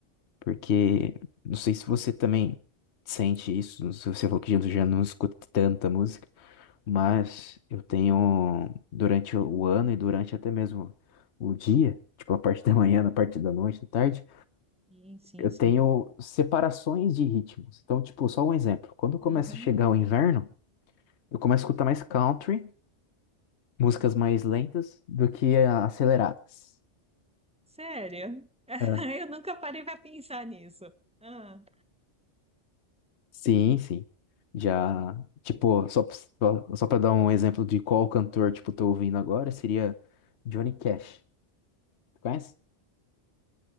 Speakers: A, on the left; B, in the centre.
A: porque não sei se você também sente isso, não sei se você falou que já já não escuta tanta música, mas eu tenho, durante o ano e durante até mesmo o dia, tipo a parte da manhã, na parte da noite, da tarde,
B: Sim, sim,
A: Eu
B: sim.
A: tenho separações de ritmos. Então, tipo, só um exemplo. Quando começa
B: Aham.
A: a chegar o inverno, eu começo a escutar mais country, músicas mais lentas do que ah, aceleradas.
B: Sério? <laughs>
A: É.
B: Eu nunca parei para pensar nisso. Ah.
A: Sim, sim. Já, tipo, só, pra- só para dar um exemplo de qual cantor, tipo, tô ouvindo agora, seria Johnny Cash. Conhece?